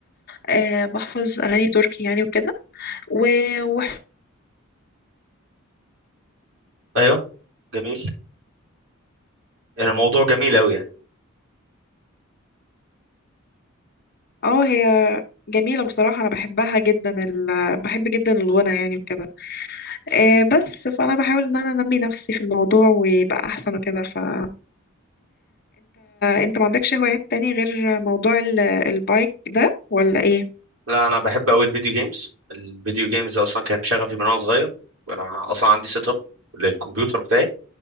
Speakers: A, on the left; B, on the right.
A: أه بحفظ اغاني تركي يعني وكده و... و...
B: ايوه جميل يعني موضوع جميل قوي
A: اه هي جميلة بصراحة أنا بحبها جدا ال... بحب جدا الغنى يعني وكده أه بس فأنا بحاول إن أنا أنمي نفسي في الموضوع ويبقى أحسن وكده فأنت أنت ما عندكش هوايات تاني غير موضوع ال... البايك ده ولا إيه؟
B: لا انا بحب قوي الفيديو جيمز الفيديو جيمز اصلا كانت شغفي من وانا صغير وانا اصلا عندي سيت اب للكمبيوتر بتاعي